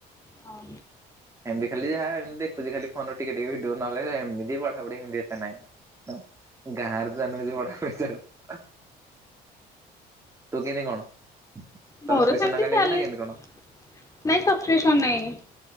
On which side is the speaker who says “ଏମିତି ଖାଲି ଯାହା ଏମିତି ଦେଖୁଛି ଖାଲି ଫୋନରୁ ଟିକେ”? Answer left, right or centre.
Right